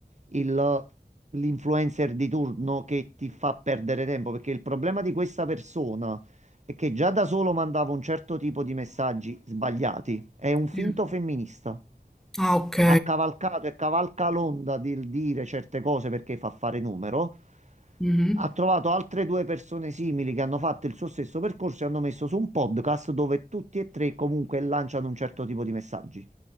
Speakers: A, on the right (about 50°); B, in the centre.
A: il- l'influencer di turno che ti fa perdere tempo, perché il problema di questa persona è che già da solo mandava un certo tipo di messaggi sbagliati, è un finto
B: Sì.
A: femminista
B: Ah, ok.
A: ha cavalcato e cavalca l'onda del dire certe cose perché fa fare numero.
B: Mhm.
A: Ha trovato altre due persone simili che hanno fatto il suo stesso percorso e hanno messo su un podcast dove tutti e tre comunque lanciano un certo tipo di messaggi.